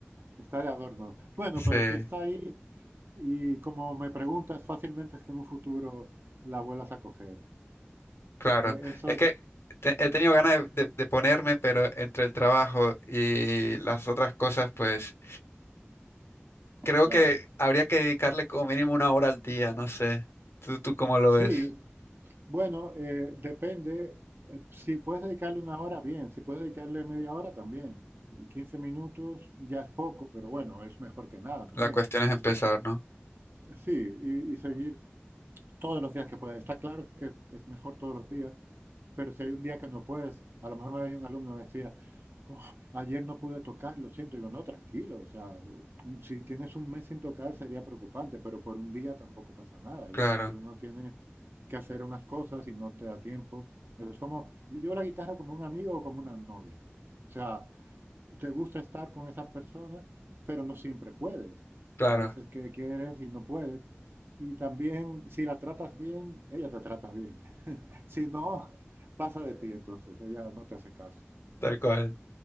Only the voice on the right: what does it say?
Está de adorno. Bueno,
pero si está ahí y como me preguntas, fácilmente es que en un futuro la vuelvas a coger.
Eh, Eso,
claro.
Sí,
Bueno, eh, depende. eh, Si puedes dedicarle una hora, bien. Si puedes dedicarle media hora, también. Y 15 minutos ya es poco, pero bueno, es mejor que nada también.
Sí, y, y seguir todos los días que puedas. Está claro que es, es mejor todos los días, pero si hay un día que no puedes, a lo mejor me venía un alumno y me decía, "Uf, ayer no pude tocar, lo siento. digo, no, tranquilo, o sea, un- si tienes un mes sin tocar sería preocupante, pero por un día tampoco pasa nada. Hay
veces que uno tiene que hacer unas cosas y no te da tiempo. Es como, yo la guitarra como un amigo o como una novia. O sea, te gusta estar con esa persona, pero no siempre puedes.
Hay veces que quieres y no puedes. Y también, si la tratas bien, ella te trata bien. Si no, pasa de ti entonces, ella no te hace caso.